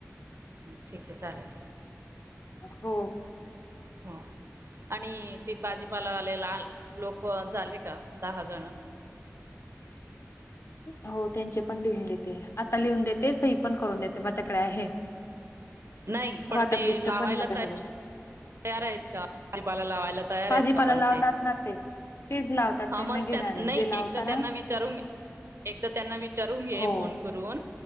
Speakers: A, on the right; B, on the left.
A: हम्म ठिक आहे चालेल
B: हो.
A: हा आणि ते बाजीपालावालेला लोकं झाले का दहा जण?
B: हो त्यांचे पण लिहून देते, आता लिहून देते सही पण करून देते माझ्याकडे आहे.
A: नाही पण
B: वाटप
A: ते
B: लिस्ट
A: लावायला
B: पण माझ्याकडे
A: काय तयार आहेत का, भाजीपाला लावायला तयार
B: भाजीपाला
A: आहेत का पण
B: लावतात
A: ते?
B: ना ते तेच लावतात
A: हा
B: त्यांना
A: मन
B: घेणारे
A: त्यां नाही
B: जे लावताना
A: एकदा त्यांना विचारू मी एकदा त्यांना विचारून घे
B: हो
A: फोन करून,